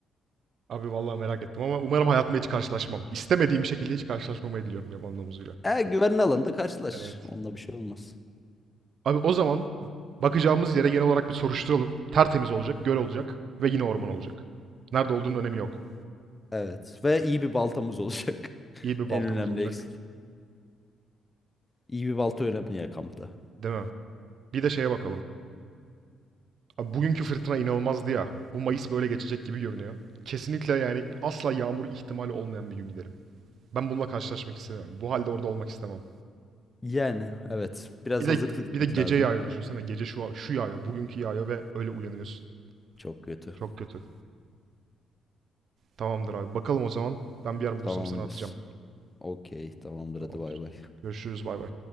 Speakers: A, on the right; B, on the left.
A: Abi vallahi merak ettim ama umarım hayatımda hiç karşılaşmam. İstemediğim şekilde hiç karşılaşmamayı diliyorum yaban domuzuyla.
B: E güvenli alanda karşılaş.
A: Evet.
B: Onunla bir şey olmaz.
A: Abi o zaman bakacağımız yere genel olarak bir soruşturalım. Tertemiz olacak, göl olacak ve yine orman olacak. Nerede olduğunun önemi yok.
B: Evet ve iyi bir baltamız olacak. <laughs>
A: İyi bir baltamız
B: En önemli
A: olacak.
B: eksik. İyi bir balta önemli ya kampta.
A: Değil mi? Bir de şeye bakalım. Abi bugünkü fırtına inanılmazdı ya. Bu Mayıs böyle geçecek gibi görünüyor. Kesinlikle yani asla yağmur ihtimali olmayan bir gün giderim. Ben bununla karşılaşmak istemem. Bu halde orada olmak istemem.
B: Yani evet biraz
A: Bir de
B: hazırlıklı gitmek
A: bir de gece
B: lazım
A: yağıyor
B: ama
A: düşünsene. Gece şu şu yağıyor, bugünkü yağıyor ve öyle uyanıyorsun.
B: çok kötü.
A: Çok kötü. Tamamdır abi. Bakalım o zaman. Ben bir yer bulursam
B: Tamamdır.
A: sana atacağım.
B: Okey tamamdır
A: Tamamdır.
B: hadi bay bay.
A: Görüşürüz. Bay bay.